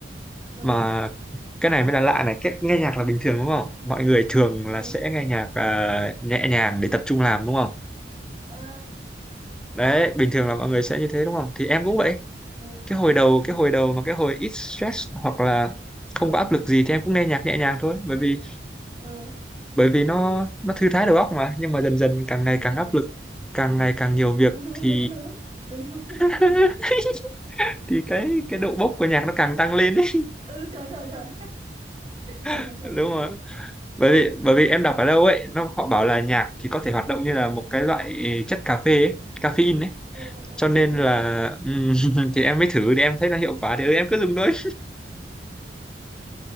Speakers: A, on the right; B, in the centre.
A: ừ
B: mà cái này mới là lạ này cái nghe nhạc là bình thường đúng không mọi người thường là
A: ừ
B: sẽ nghe nhạc à, nhẹ nhàng để tập trung làm đúng không
A: ờ
B: đấy bình thường là mọi người sẽ như thế đúng không thì em cũng vậy
A: ừ
B: cái hồi đầu
A: ừ
B: cái hồi đầu mà cái hồi ít stress hoặc là không có áp lực gì thì em cũng nghe nhạc nhẹ nhàng thôi bởi vì
A: ừ
B: bởi vì nó nó thư thái đầu óc mà nhưng mà dần dần càng
A: đúng
B: ngày càng
A: rồi
B: áp lực càng ngày càng nhiều việc
A: đúng đúng
B: thì
A: đúng đúng đúng đúng
B: <laughs>
A: <laughs>
B: thì cái cái độ bốc của nhạc nó càng tăng lên ấy
A: ừ trời trời trời trời
B: <laughs>
A: trời trời
B: đúng
A: trời
B: rồi bởi vì bởi vì em đọc ở đâu ấy nó họ bảo là nhạc thì có thể hoạt động như là một cái loại chất cà phê ấy, caffeine ấy
A: <laughs> ừ ừ ừ,
B: cho nên
A: đúng
B: là
A: đúng đúng
B: ừm, <laughs> thì em mới thử thì em thấy nó hiệu quả thì ừ, em cứ dùng thôi